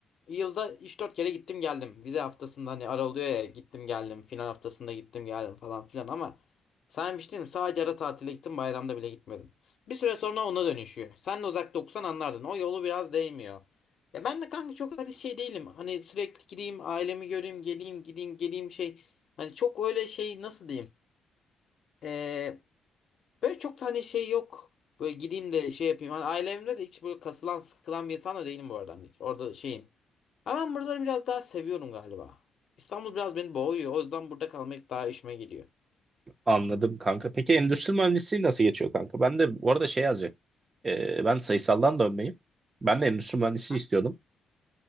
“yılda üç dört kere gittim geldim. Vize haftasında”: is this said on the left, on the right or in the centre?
Left